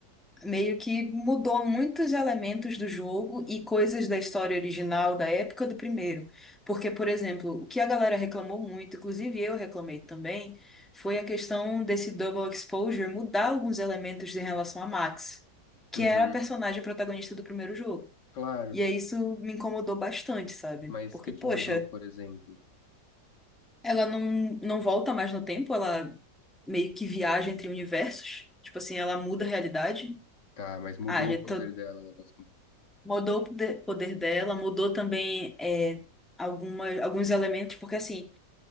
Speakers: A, in the centre; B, on the left (about 85°).
A: meio que mudou muitos elementos do jogo e coisas da história original da época do primeiro. Porque, por exemplo, o que a galera reclamou muito, inclusive eu reclamei também, foi a questão desse double exposure mudar alguns elementos em relação a Max, que
B: Uhum,
A: era a personagem protagonista do primeiro jogo.
B: claro.
A: E aí isso me incomodou bastante, sabe?
B: Mas
A: Porque,
B: o que que
A: poxa,
B: mudou, por exemplo?
A: ela não, não volta mais no tempo, ela meio que viaja entre universos. Tipo assim, ela muda a realidade.
B: Tá, mas mudou
A: Ah, já
B: o poder
A: tô,
B: dela, né, basicamente.
A: Mudou o poder poder dela, mudou também é, alguma, alguns elementos, porque assim,